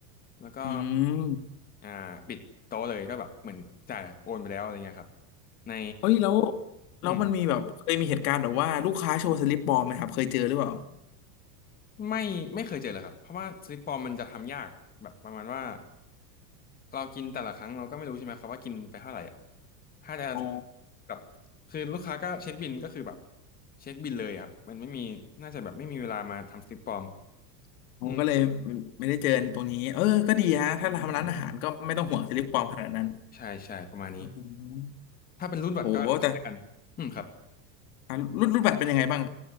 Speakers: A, on the left; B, on the left.
A: แล้วก็
B: อืม
A: อ่าปิดโต๊ะเลยก็แบบเหมือนจ่ายโอนไปแล้วอะไรเงี้ยครับใน
B: เฮ้ยแล้วแล้วมันมีแบบเคยมีเหตุการณ์แบบว่าลูกค้าโชว์สลิปปลอมไหมครับเคยเจอหรือเปล่า
A: อืม ไม่ไม่เคยเจอเลยครับเพราะว่าสลิปปลอมมันจะทำยากอะแบบประมาณว่าเรากินแต่ละครั้งเราก็ไม่รู้ใช่ไหมครับว่ากินไปเท่าไหร่อ่ะถ้าจะ
B: อ๋อ
A: แบบคือลูกค้าก็เช็คบิลก็คือแบบเช็คบิลเลยครับมันไม่มีน่าจะแบบไม่มีเวลามาทำสลิปปลอม
B: ผมก็เลยไม่ไม่ได้เจอตรงนี้เออก็ดีฮะถ้าทำร้านอาหารก็ไม่ต้องห่วงสลิปปลอมขนาดนั้น
A: อืมครับอืมใช่ใช่ประมาณนี้
B: อืม
A: ถ้าเป็นรูดบัตรก็คล้ายกันอืมครับ
B: โห แต่อ่ะรูดรูดบัตรเป็นยังไงบ้าง